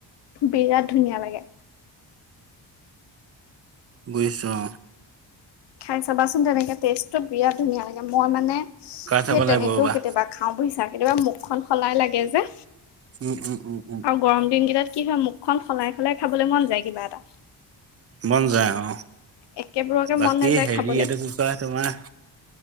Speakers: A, on the left; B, on the right.
A: বিৰাট ধুনীয়া লাগে।
B: বুজিছোঁ অ।
A: খাই চাবাচোন তেনেকৈ টেষ্টটো বিৰাট ধুনীয়া লাগে মই মানে সেই
B: কাঠ চাব লাগিব
A: তেনেকৈও
B: ৰ'বা,
A: কেতিয়াবা। খাওঁ বুজিছা কেতিয়াবা মুখখন সলাই লাগে যে।
B: উম উম উম উম।
A: আৰু গৰম দিন কেইটাত কি হয় মুখখন সলাই সলাই খাবলৈ মন যায় কিবা এটা।
B: মন যায় অ
A: একেবোৰকে
B: বাকী
A: মন নাযায়
B: হেৰি
A: খাবলৈ
B: এইটো কি। বা তোমাৰ